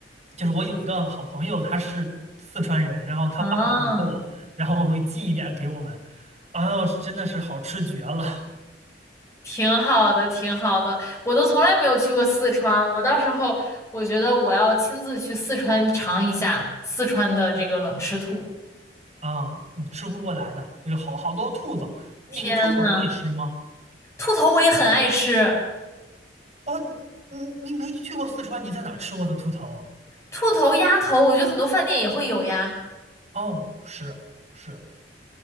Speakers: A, on the right (about 40°); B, on the left (about 15°).
A: 就是我有一个好朋友，他是四川人，然后他爸会做，
B: 啊，
A: 然后会寄一点儿给我们。哎呦，真的是好吃绝了
B: 挺好的，挺好的。我都从来没有去过四川，我到时候我觉得我要亲自去四川尝一下四川的这个冷吃兔。
A: 啊！你吃不过来的，有好好多兔子。那个兔头你吃吗？
B: 天呐！兔头我也很爱吃，
A: 哦，你你你没去过四川，你在哪儿吃过的兔头？
B: 兔头、鸭头，我觉得很多饭店也会有呀，
A: 哦，是是